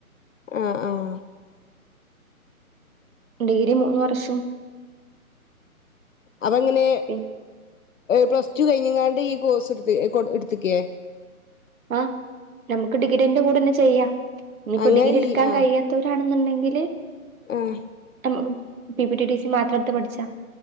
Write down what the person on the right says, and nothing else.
ഡിഗ്രി മൂന്ന് വർഷം
പിന്നെ
ആഹ് നമുക്ക് ഡിഗ്രിന്റെ കൂടെന്നെ ചെയ്യാം ഇനിയിപ്പോ
ഡിഗ്രി
എടുക്കാൻ
കഴിയാ ത്തോരാണെന്നുണ്ടെങ്കില്
നമുക്ക് പി ടി ടി സി മാത്രംട്ത്തെ പഠിച്ച